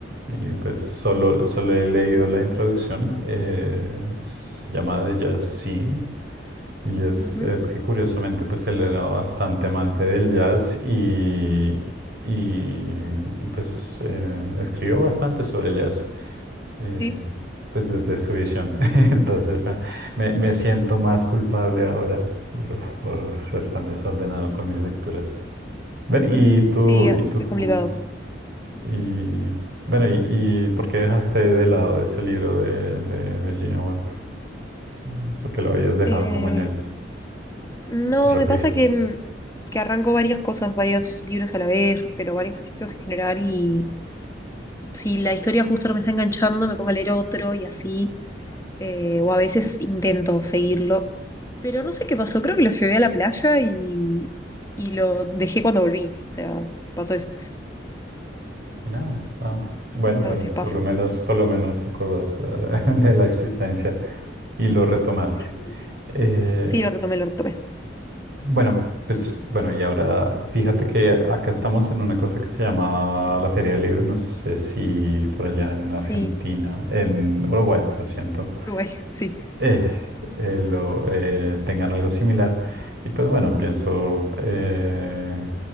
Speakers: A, on the right; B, on the left.
A: y pues solo, solo he leído la introducción. eh, se llama The Jazz Scene y es,
B: Ujú,
A: es que curiosamente pues él era bastante amante del jazz y, y- y, pues eh, escribió bastante sobre el jazz eh,
B: Sí,
A: pues desde su visión. <laughs> Entonces me, me- me siento más culpable ahora por, por ser tan desordenado con mis lecturas. Ver, y tú,
B: sí, eh,
A: y tú,
B: es complicado.
A: y bueno, y, y ¿por qué dejaste de lado ese libro de, de Virginia Woolf? Mm. ¿Por qué lo habías dejado
B: Eh,
A: como en el
B: no,
A: refrigerador?
B: me pasa que, mm, que arranco varias cosas, varios libros a la vez, pero varios proyectos en general, y si la historia justo no me está enganchando, me pongo a leer otro y así, eh, o a veces intento seguirlo Pero no sé qué pasó, creo que lo llevé a la playa y, y lo dejé cuando volví. O sea, pasó eso.
A: No, ah, Bueno,
B: A
A: pero
B: veces pasa.
A: por lo menos, por lo menos acordaste <laughs> de la existencia y lo retomaste.
B: Sí, sí, sí. Sí,
A: Eh,
B: Sí, lo retomé, lo retomé.
A: bueno, pues bueno, y ahora fíjate que acá estamos en una cosa que se llama la Feria del Libro. No sé si por allá en
B: Sí,
A: Argentina, en Uruguay, lo siento
B: Uruguay, <laughs> sí.
A: eh, eh, lo, eh, tengan algo similar. Y pues bueno, pienso eh,